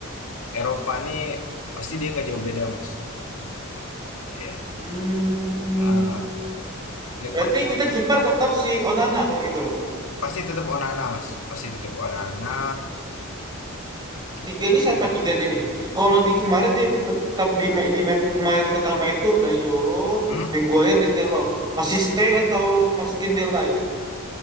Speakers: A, on the left; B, on the right.
A: Eropa nih pasti dia nggak jauh beda, Mas. Iya.
B: Hmm,
A: Ah, leg
B: berarti
A: pertama
B: kita kiper tetap si Onana kalau gitu.
A: pasti tetap Onana, Mas. Pasti tetap Onana kiper.
B: Tiganya siapa tiganya nih? Kalau di kemarin di tetap di, ma- di main kemarin pertama itu ada Yoro,
A: Hmm.
B: Maguire, Lindelof. Masih stay atau masukin De Ligt?